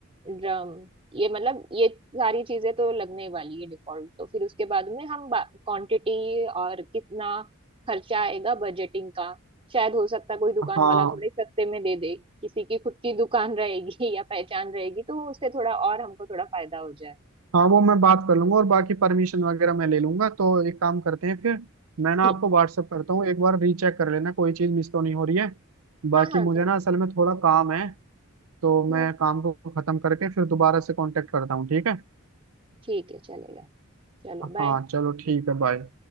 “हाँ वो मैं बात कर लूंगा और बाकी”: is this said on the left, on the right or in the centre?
Right